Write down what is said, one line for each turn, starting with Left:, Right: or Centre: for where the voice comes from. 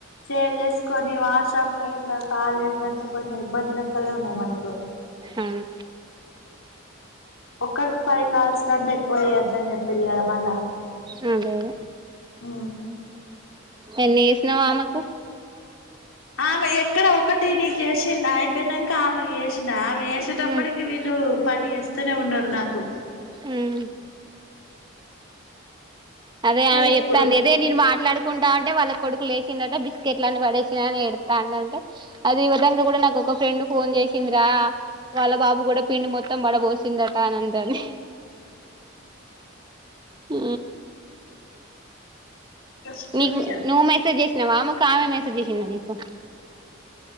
Left: సేవ్ చేసుకొని వాట్సాప్ లో ఇట్లా కాల్ చేసారంటే కొంచెం ఇబ్బంది రలెక్కలు ఉన్నాయి మనకు
Right: అవును
Left: ఒక్కరికి ఫైవ్ కాల్స్ కంటే ఎక్కువ వయ్యద్ద అని చెప్పిలి కదా మళ్ళా
Right: అదే అదే
Left: ఆ
Right: ఎన్ని చేసినావ ఆమెకు
Left: ఆమె ఎక్కడ ఒకటి నీకు వేసిం అయిపోయినాక ఆమె వసి నామ వేసేటప్పటికి
Right: ఉమ్
Left: వీళ్ళు పని చేేస్త నే ఉన్నారు నాకు స
Right: ఉమ్ అదే ఆమె
Left: ఇప్పుడు
Right: చెప్తాంది అదే నేను మాట్లాడుకు కుంటా అంట వాళ్ళ కొడుకులు వసినట్ట బిస్కెట్లని పడేసా అని ఎడా అంటే అది విధంగా కూడా నాకు ఒక ఫ్రెండ్ ఫోన్ చేసిందిరా వాళ్ళ బాబు కూడా పిండి మొత్తం పడబోసిందట ఆనందాన్ని ఉ
Left: కష్టమే
Right: నీకు నువ్వు మెసేజ్ చేసినావు మామకు ఆమె మెసేజ్ చేసినా నీకు